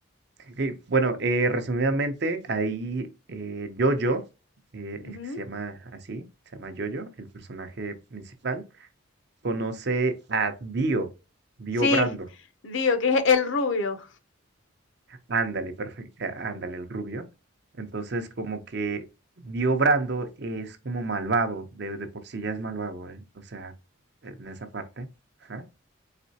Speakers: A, on the right; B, on the left.
A: Y bueno, eh, resumidamente, ahí eh, Jojo, eh,
B: Ujú.
A: es que se llama así, se llama Jojo, el personaje principal, conoce a Dio, Dio
B: Sí,
A: Brando.
B: digo que es el rubio.
A: Ándale, perfecto, ándale, el rubio. Entonces, como que Dio Brando es como malvado, de, de por sí ya es malvado, ¿eh? O sea, en esa parte. Ajá.